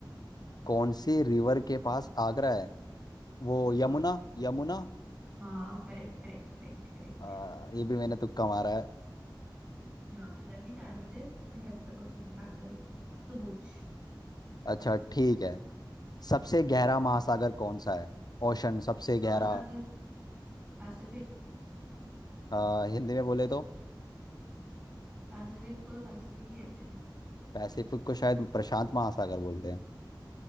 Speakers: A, on the left; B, on the right.
A: कौन सी रिवर के पास आगरा है वो यमुना
B: हाँ
A: यमुना
B: हाँ करेक्ट करेक्ट करेक्ट करेक्ट
A: आ, ये भी मैंने तुक्का मारा है
B: हाँ लग ही रहा है मुझे तेरी हरकतों से पता चल तो पूछ
A: अच्छा ठीक है सबसे गहरा महासागर कौन सा है ओशन सबसे
B: महासागर
A: गहरा
B: पैसिफिक
A: अ, हिंदी में बोले तो
B: पैसिफिक को तो पैसिफिक ही कहते हैं
A: पैसिफिक को शायद प्रशांत महासागर बोलते हैं